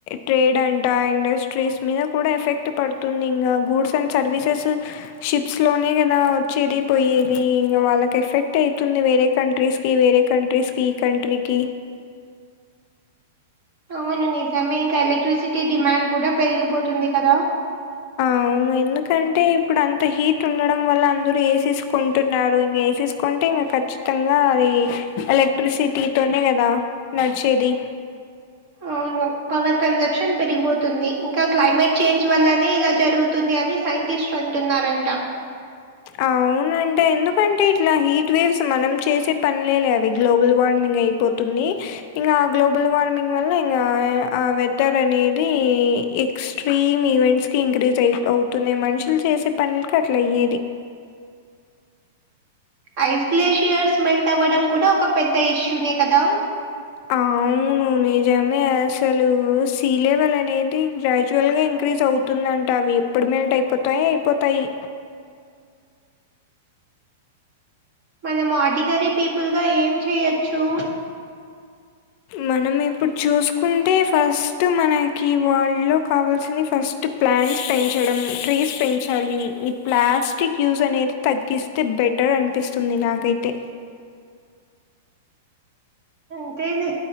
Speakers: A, on the left; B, on the right.
A: ట్రేడ్ అంట ఇండస్ట్రీస్ మీద కూడా ఎఫెక్ట్ క్ట్ పడుతుంది ఇంగ గూడ్స్ అండ్ సర్వీసెస్ షిప్స్ లోనే కదా వచ్చేది పొయ్యేది ఇంగ వాళ్ళకి ఎఫెక్ట్ అయితుంది వేరే కంట్రీస్ కి వేరే కంట్రీస్కి కంట్రీకి
B: అవును నిజమే ఇంకా ఎలక్ట్రిసిటీ డిమాండ్ కూడా పెరిగిపోతుంది కదా
A: అవును ఎందుకంటే ఇప్పుడు అంత హీట్ ఉండడం వల్ల అందురు ఏసేసుకుంటున్నారు ఇంగ ఎసెస్ కుంటే ఇంకా ఖచ్చితంగా అది ఎలక్ట్రిసిటీతోనే కదా నడిచేది
B: అవును పవర్ కన్జంప్షన్ పెరిగిపోతుంది ఇంకా క్లైమేట్ చేంజ్ వల్లనే ఇలా జరుగు తుంది అని సైంటిస్ట్ అంటున్నారంట
A: అవున్ ను అంటే ఎందుకంటే ఇట్ల హీట్ వేవ్స్ మనం చేసే పనిలేలే అవి గ్లోబల్ వార్మింగ్ అయిపోతుంది ఇంగ ఆ గ్లోబల్ వార్మింగ్ వల్ల ఇంగ ఆ ఆ వెదర్ అనేది ఎక్స్ట్రీమ్ ఈవెంట్స్కి ఇంక్రీజ్ అయి అవుతుంది మనుషుల్ చేసే పనుల్ కి అట్లా అయ్యేది
B: ఐస్ గ్లేషియర్స్ మెల్ట్ అవ్వడం కూడా ఒక పెద్ద ఇష్యూనే కదా
A: అవును నిజమే అసలు సీ లెవెల్ అనేది గ్రాజవ్యల్ గా ఇంక్రీజ్ అవుతుందంటా అవి ఇప్పుడు మెల్ట్ అయిపోతాయ్ అయిపోతాయి
B: మనం ఆడినరీ పీపుల్గా ఏం చెయచ్చు
A: మనం ఇప్పుడు చూసుకుంటే ఫస్ట్ మనకి వాళ్లో కావాల్సింది ఫస్ ప్లాంట్స్ పెంచడం ట్రీస్ పెంచాలి ఈ ప్లాస్టిక్ యూజ్ అనేది తగ్గిస్ అయితే బెటర్ అనిపిస్తుంది నాకైతే
B: అంతేలే